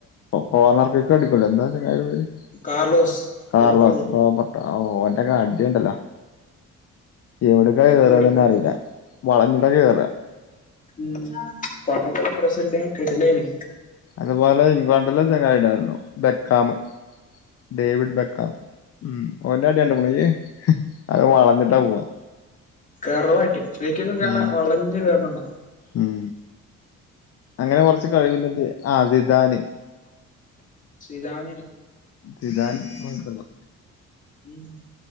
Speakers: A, on the left; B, on the left.
A: കോർണർക്കൊക്കെ അടു എന്നാ ചങ്ങായിടെ പേര്
B: കാർലോസ്
A: കാർലോസ്
B: റോബർട്ടോ
A: റോബർട്ട് ഓന്റെക്കെ അടിണ്ടല്ലോ എവിടക്കെ
B: അടിപൊളി
A: കേറിയന്ന് തന്നെ
B: കളി
A: അറിയുലാ വളഞ്ഞിട്ടൊക്കെ കേറാ
B: ഉം പണ്ടത്തെക്കെ പ്രസിഡന്റ്‌ കിടിലേന്
A: അതുപോലെ ഇംഗ്ലണ്ടിലെ ചങ്ങായിണ്ടാരുന്നു ബെക്കാമ് ഡേവിഡ് ബെക്കാം ഉം ഓന്റൊ അടികണ്ട്മുണിയ് അത് വളഞ്ഞിട്ടാ പോവാ
B: കർവ്വായിട്ട് ഫേക്കീന്ന് നല്ല
A: ഉം
B: വളഞ്ഞ് കേറണണ്ട
A: ഉം അങ്ങനെ കൊറച്ച് കഴിവില്ലിണ്ടെ ആഹ് അത് സിതാന്
B: ചിതാനെ
A: ചിതാൻ കൊട്ക്കണം
B: <inaudible>